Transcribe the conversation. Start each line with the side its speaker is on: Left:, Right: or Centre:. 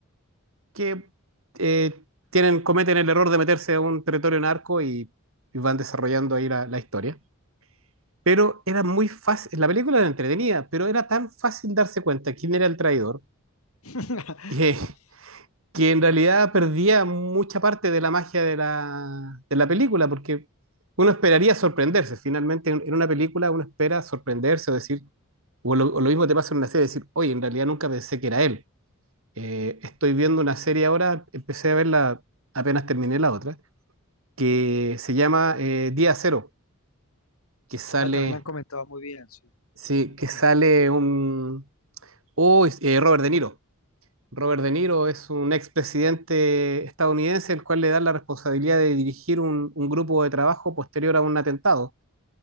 Right: que eh, tienen, cometen el error de meterse a un territorio narco y, y van desarrollando ahí la, la historia. Pero era muy fácil, la película era entretenida, pero era tan fácil darse cuenta quién era el traidor
Left: <laughs>
Right: que, que en realidad perdía mucha parte de la magia de la, de la película, porque uno esperaría sorprenderse. Finalmente, en en una película uno espera sorprenderse o decir, O lo, o lo mismo te pasa en una serie, decir, oye, en realidad nunca pensé que era él. Eh, estoy viendo una serie ahora, empecé a verla apenas terminé la otra, que se llama eh, Día Cero, que sale,
Left: Ah, también la han comentado muy bien, sí,
Right: sí,
Left: la han
Right: que
Left: comentado.
Right: sale un... Oh, es- eh, Robert De Niro. Robert De Niro es un expresidente estadounidense el cual le da la responsabilidad de dirigir un, un grupo de trabajo posterior a un atentado